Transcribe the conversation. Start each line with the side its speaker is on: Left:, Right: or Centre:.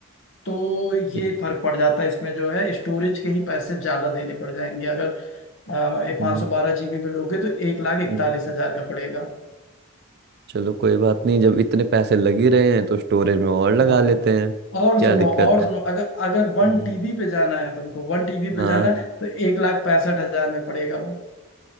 Left: तो ये
Right: एक
Left: फर्क पड़ जाता है इसमें जो है स्टोरेज के ही पैसे ज्यादा देने पड़ जाएंगे अगर पाँच
Right: हम्म,
Left: सौ बारह जीबी में लोगे तो एक लाख इकतालीस
Right: हम्म,
Left: हजार का पड़ेगा
Right: चलो कोई बात नहीं जब इतने पैसे लग ही रहे हैं तो स्टोरेज में और लगा
Left: हाँ
Right: लेते हैं
Left: और
Right: क्या
Left: सुनो
Right: दिक्कत
Left: और
Right: है
Left: सुनो अगर अगर
Right: हम्म,
Left: वन टीबी पे जाना है तुमको वन टीबी पे
Right: हाँ
Left: जाना है तो एक लाख पैंसठ हजार में पड़ेगा वो